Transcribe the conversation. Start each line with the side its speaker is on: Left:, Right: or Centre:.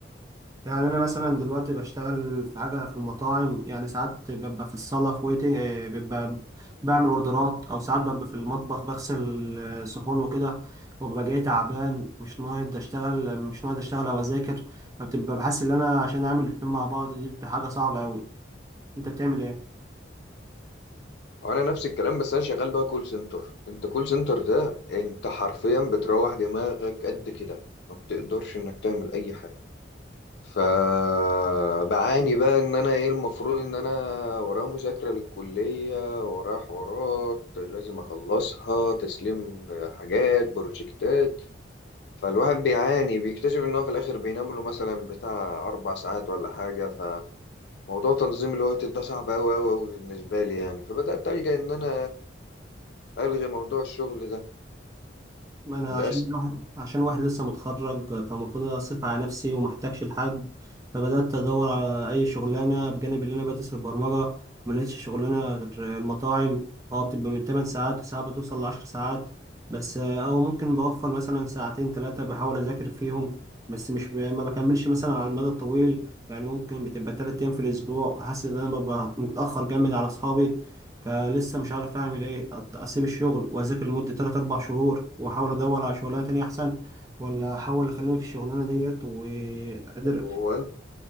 Right: يعني أنا مثلا دلوقتي بشتغل في حاجة في المطاعم يعني ساعات ببقى في الصالة في ويتنج آه، ببقى بعمل أوردرات أو ساعات ببقى في المطبخ بغسل آه، صحون وكده وببقى جاي تعبان مش ناقد أشتغل مش ناقد أشتغل أو أذاكر فبتبقى بحس إن أنا عشان أعمل الاتنين مع بعض دي بتبقى حاجة صعبة أوي أنت بتعمل إيه؟
Left: وانا نفس الكلام بس انا شغال بقى كول سنتر انت كول سنتر ده انت حرفيا بتروح دماغك قد كده ما بتقدرش انك تعمل اي حاجة فبعاني بقى ان انا ايه المفروض ان انا ورايا مذاكرة للكلية ورايا حوارات لازم اخلصها تسليم حاجات بروجكتات فالواحد بيعاني بيكتشف ان هو في الاخر بينام له مثلا بتاع اربع ساعات ولا حاجة فموضوع تنظيم الوقت ده صعب اوي اوي اوي بالنسبة لي يعني فبدأت ألجأ ان انا الغي موضوع الشغل ده
Right: ما انا
Left: للأسف
Right: عشان الواحد عشان واحد لسه متخرج فالمفروض اصرف على نفسي ومحتاجش لحد فبدات ادور على اي شغلانه بجانب اللي انا بدرس البرمجه ما لقيتش شغلانه غير المطاعم اه بتبقى من 8 ساعات وساعات بتوصل ل 10 ساعات بس آه، او ممكن بوفر مثلا ساعتين ثلاثه بحاول اذاكر فيهم بس مش ب... ما بكملش مثلا على المدى الطويل يعني ممكن بتبقى 3 ايام في الاسبوع حاسس ان انا ببقى متاخر جامد على اصحابي فلسه مش عارف اعمل ايه أت- اسيب الشغل واذاكر لمده 3 4 شهور واحاول ادور على شغلانه تانية احسن ولا احاول اخليني في الشغلانه ديت وقادر
Left: طب هو انت